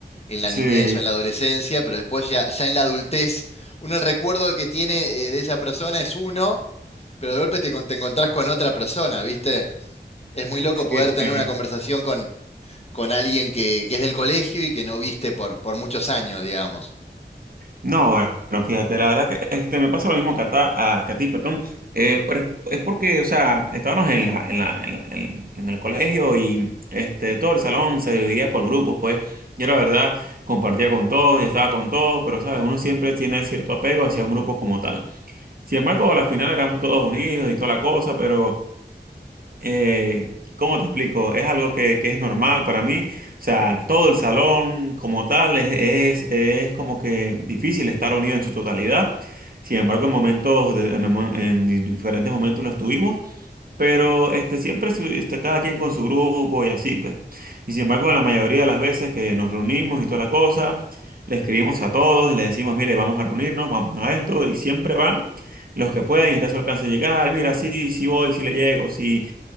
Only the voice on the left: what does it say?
en la
niñez o en la adolescencia, pero después ya, ya en la adultez, uno el recuerdo que tiene eh, de esa persona es uno, pero de golpe te, con- te encontrás con otra persona, viste. Es muy loco
poder tener
una conversación con, con alguien que, que es del colegio y que no viste por, por muchos años, digamos.